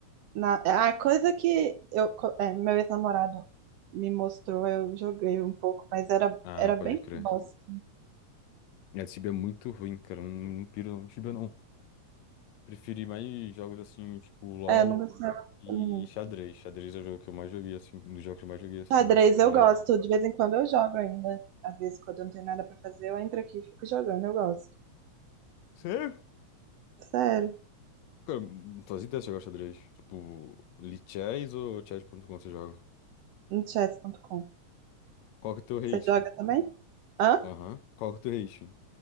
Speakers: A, on the right (about 75°); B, on the left (about 75°).
A: Na, a coisa que eu, co- é, meu ex-namorado me mostrou, eu joguei um pouco, mas era,
B: Ah,
A: era bem
B: pode crer.
A: bosta.
B: É, Tibia é muito ruim, cara. Eu Não, não piro não. Tibia não. Preferi mais jogos assim, tipo, LoL
A: É, é, eu não gostava
B: e
A: também. não.
B: xadrez. Xadrez é o jogo que eu mais joguei, assim, um dos jogos que eu mais joguei assim
A: Xadrez
B: também, pra
A: eu
B: além
A: gosto,
B: do LoL.
A: de vez em quando eu jogo ainda. Às vezes, quando eu não tenho nada pra fazer, eu entro aqui e fico jogando, eu gosto.
B: Sério?
A: Sério,
B: Cara, não fazia ideia de jogar xadrez. Tipo, Lichess ou chess.com você joga?
A: no chess.com.
B: Qual que é o teu rating?
A: Você joga também? Hã?
B: Aham. Qual que é o teu rating?